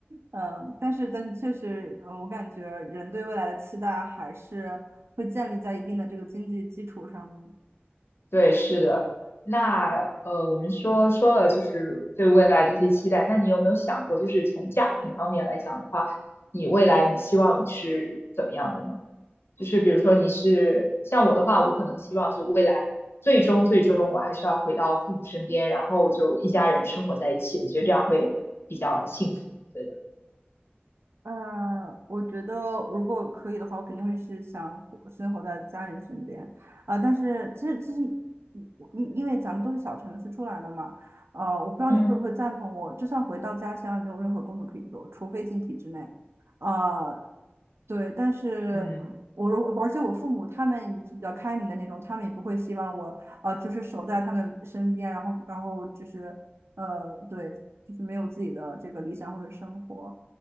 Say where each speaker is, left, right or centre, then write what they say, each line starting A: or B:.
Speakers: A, on the right; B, on the left.
A: 嗯、但是但是确实，呃我感觉人对未来的期待还是会建立在一定的这个经济基础上的。
B: 对，是的。那呃，我们说说了就是对未来这些期待，那你有没有想过，就是从家庭方面来讲的话，你未来你希望你是怎么样的呢？就是比如说你是像我的话，我可能希望就未来最终最终我还是要回到父母身边，然后就一家人生活在一起，我觉得这样会比较幸福。对的，
A: 呃，我觉得如果可以的话，我肯定会是想活生活在家人身边啊、但是其实其实，你因因为咱们都是小城市出来的嘛，呃，我不知道你会不会赞同我，
B: 嗯，
A: 就算回到家乡，也没有任何工作可以做，除非进体制内。呃，对，但是我如而且我父母他们是比较开明的那种，
B: 嗯
A: 他们也不会希望我呃就是守在他们身边，然后然后就是呃对，就是没有自己的这个理想或者生活。